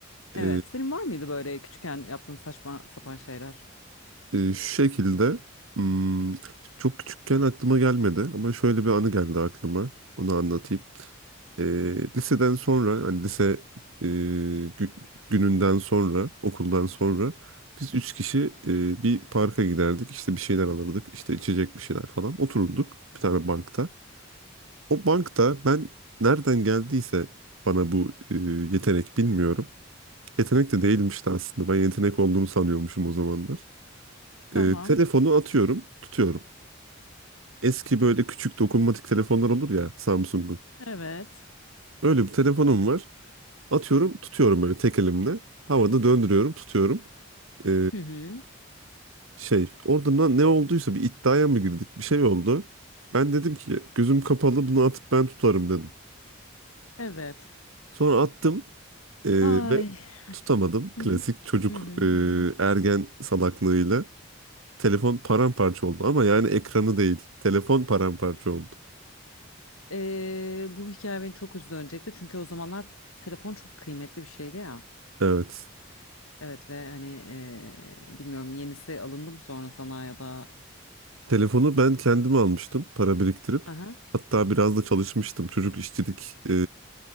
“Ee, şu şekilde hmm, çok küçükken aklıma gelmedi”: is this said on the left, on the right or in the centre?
Right